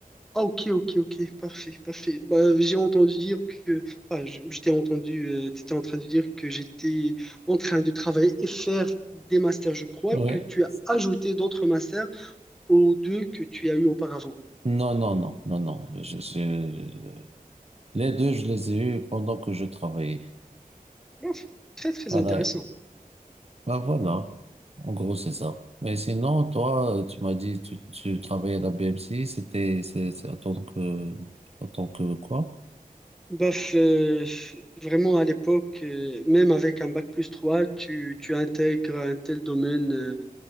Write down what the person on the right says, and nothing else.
Ouais.
Non, non, non, non, non. Je- je- les deux, je les ai eus pendant que je travaillais.
Voilà.
Ben voilà, en gros c'est ça. Mais sinon, toi, euh, tu m'as dit tu tu travaillais à la B M C c'était c'est c'est en tant que en tant que quoi?